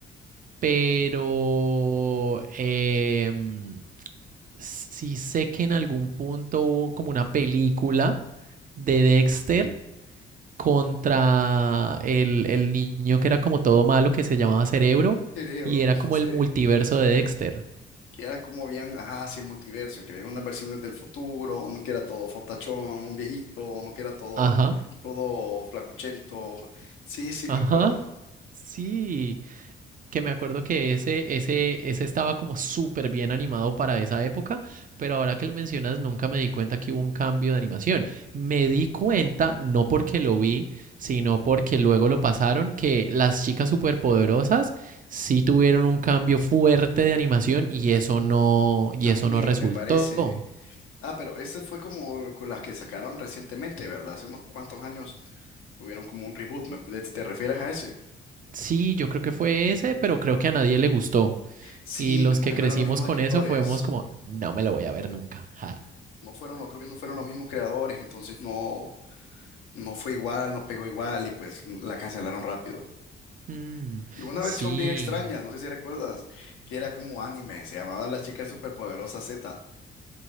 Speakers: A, on the right; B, on the left.
A: pero em, sí sé que en algún punto hubo como una película de Dexter contra el, el niño que era como todo malo que se llamaba Cerebro
B: Cerebros,
A: y era como
B: sí
A: el multiverso de Dexter.
B: que era como bien, ajá, sí, el multiverso, que veían unas versiones del futuro, uno que era todo fortachón, un viejito, uno que era todo,
A: Ajá,
B: todo flacuchento. Sí, sí,
A: ajá,
B: me acuerdo.
A: sí. que me acuerdo que ese, ese, ese estaba como súper bien animado para esa época, pero ahora que lo mencionas, nunca me di cuenta que hubo un cambio de animación. Me di cuenta, no porque lo vi, sino porque luego lo pasaron, que las chicas superpoderosas sí tuvieron un cambio fuerte de animación y eso no, y
B: También
A: eso no resultó.
B: me parece. Ah, pero esa fue como lo- con las que sacaron recientemente, ¿verdad? Hace unos cuantos años tuvieron como un reboot. ¿me- ¿Te te refieres a ese?
A: Sí, yo creo que fue ese, pero creo que a nadie le gustó.
B: Sí,
A: Y los
B: como
A: que
B: que
A: crecimos
B: no eran los mismos
A: con
B: escritores.
A: eso fuimos como, no me lo voy a ver nunca. ja".
B: No fueron, no creo que no fueron los mismos creadores, entonces no, no fue igual, no pegó igual y pues mm, la cancelaron rápido.
A: Mm,
B: Y hubo una
A: sí.
B: versión bien extraña, no sé si recuerdas, que era como anime, se llamaba La Chica Superpoderosa Z.